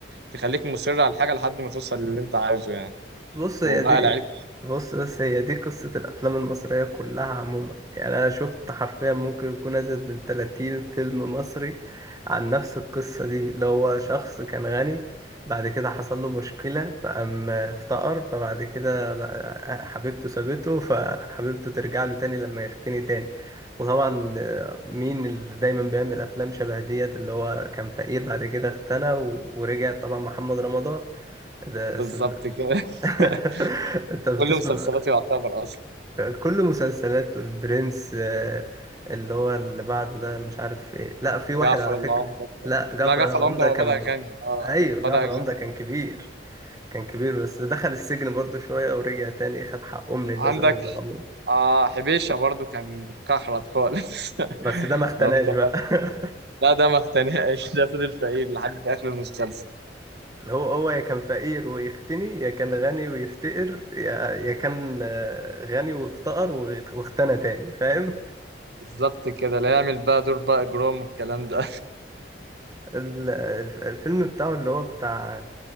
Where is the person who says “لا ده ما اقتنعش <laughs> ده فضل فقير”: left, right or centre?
Right